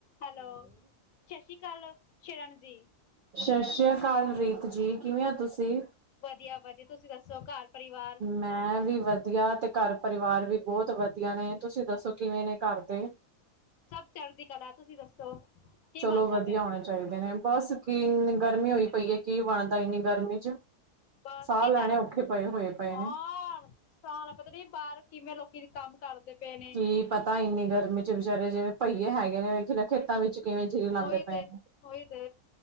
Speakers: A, on the left; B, on the right.
A: Hello ਸਤਿ ਸ੍ਰੀ ਅਕਾਲ ਸ਼ਰਨ ਜੀ।
B: ਸਤਿ ਸ੍ਰੀ ਅਕਾਲ ਰੀਤ ਜੀ, ਕਿਵੇਂ ਹੋ ਤੁਸੀਂ।
A: ਵਧੀਆ ਵਧੀਆ ਤੁਸੀਂ ਦੱਸੋ ਘਰ ਪਰਿਵਾਰ
B: ਮੈਂ ਵੀ ਵਧੀਆ ਤੇ ਘਰ ਪਰਿਵਾਰ ਵੀ ਬਹੁਤ ਵਧੀਆ ਨੇ, ਤੁਸੀਂ ਦੱਸੋ ਕਿਵੇਂ ਨੇ ਘਰ ਦੇ।
A: ਸਭ ਚੜ੍ਹਦੀ ਕਲਾ ਤੁਸੀਂ ਦੱਸੋ। ਕੀ
B: ਚਲੋ
A: ਬਣਦਾ
B: ਵਧੀਆ
A: ਪਿਆ
B: ਹੋਣੇ ਚਾਹੀਦੇ ਨੇ, ਬਸ ਕੀਨੀ ਗਰਮੀ ਹੋਈ ਪਈ ਹੈ ਕੀ ਬਣਦਾ ਇੰਨੀ ਗਰਮੀ ਚ।
A: ਬਸ
B: ਸਾਹ
A: ਕੀ
B: ਲੈਣੇ
A: ਚਾਰ ਹ।
B: ਔਖੇ ਪਏ ਹੋਏ ਪਏ ਨੇ।
A: ਸਾਰਾ ਪਤਾ ਨੀ ਬਾਹਰ ਕਿਵੇਂ ਲੋਕੀ ਦੇ ਕੰਮ ਕਰਦੇ ਪਏ ਨੇ।
B: ਕੀ ਪਤਾ ਇੰਨੀ ਗਰਮੀ ਚ ਵਿਚਾਰੇ ਜਿਵੇਂ ਪਹੀਏ ਹੈਗੇ ਨੇ ਵੇਖੇੇ ਵਿੱਚ ਕਿਵੇਂ ਜੀਰੇ ਲਾਨਦੇ
A: ਉਹੀ
B: ਪਏ
A: ਤੇ
B: ਨੇ।
A: ਉਹੀ ਤੇ